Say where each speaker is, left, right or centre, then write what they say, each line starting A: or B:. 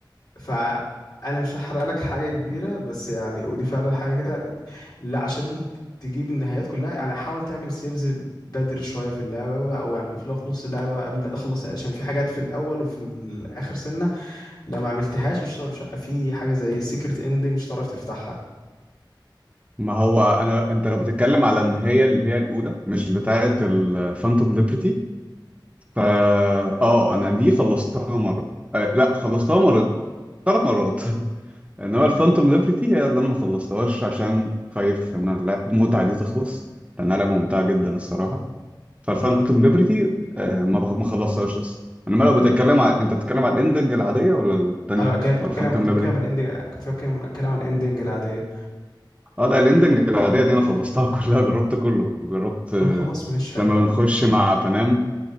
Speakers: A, on the left; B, on the right.
A: فأنا مش هحرق لك حاجة كبيرة بس يعني ودي فعلا حاجة كده لا عشان تجيب النهايات كلها يعني حاول تعمل سيفز بدر شوية في اللعبة بقى أو يعني في لو في نص اللعبة بقى قبل ما تخلص عشان في حاجات في الأول وفي الآخر سنة لو ما عملتهاش مش مش- في حاجة زي سيكرت إندنج مش هتعرف تفتحها
B: ما هو انا انت لو بتتكلم على ان هي اللي هي الاولى مش بتاعه الفانتوم ليبرتي فا اه انا دي خلصتها مرة آه لا خلصتها مرة ثلاث مرات <laughs> انما الفانتوم ليبرتي هي اللي انا ما خلصتهاش عشان خايف ان أنا- لا المتعة دي تخلص لانها لعبة ممتعة جدا الصراحة فالفانتوم
A: مم.
B: ليبرتي آه ما بخ- ما خلصتهاش لسه انما لو بتتكلم على انت بتتكلم على الاندنج العاديه ولا الثانيه
A: أنا كنت
B: ولا
A: بتكلم
B: الفانتوم
A: كنت
B: ليبرتي
A: بتكلم عن الإندنج كنت بتكلم بتكلم عن الإندنج العادية
B: اه لا الاندنج العاديه دي انا خلصتها <laughs> كلها جربت كله جربت آه
A: طب خلاص ماشي حلو
B: لما بنخش مع بنام